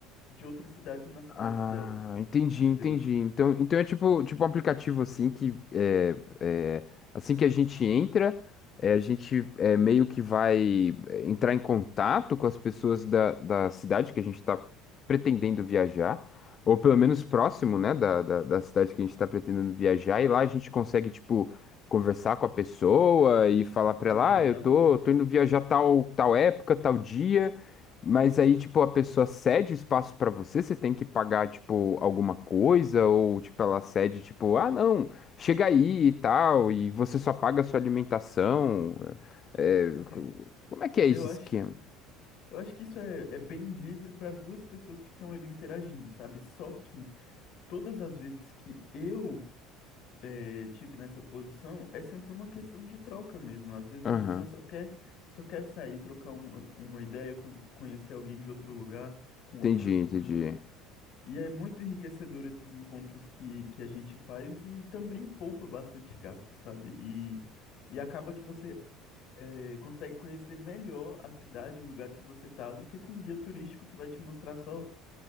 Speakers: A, on the left; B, on the left.
A: de outras cidades nas cidades
B: Ah,
A: delas,
B: entendi,
A: entendeu?
B: entendi. Então, então é tipo, tipo um aplicativo assim que é, é, assim que a gente entra, é, a gente é, meio que vai é, entrar em contato com as pessoas da, da cidade que a gente está pretendendo viajar, ou pelo menos
A: Uhum.
B: próximo, né, da, da, da cidade que a gente está pretendendo viajar, e lá a gente consegue, tipo, conversar com a pessoa e falar para
A: Exatamente.
B: ela, ah, eu tô, tô indo viajar tal, tal época, tal dia. Mas aí, tipo, a pessoa cede o espaço pra você, você tem que pagar, tipo, alguma coisa, ou, tipo, ela cede, tipo, ah, não, chega aí e tal, e você só paga a sua alimentação. É, é,
A: Hum,
B: como é que é
A: Eu
B: esse
A: acho,
B: esquema?
A: eu acho que isso é, é bem livre para as duas pessoas que estão ali interagindo, sabe? Só que todas as vezes que eu eh, tive nessa posição, é sempre uma questão de troca mesmo. Às vezes
B: Aham,
A: a pessoa só quer, só quer sair, trocar uma, uma ideia, con- conhecer alguém de outro lugar, com
B: entendi,
A: outra cultura.
B: entendi.
A: E é muito enriquecedor esses encontros que, que a gente faz e também poupa bastante gasto, sabe? E, e acaba que você eh, consegue conhecer melhor a cidade, o lugar que você tá, do que com um guia turístico que vai te mostrar só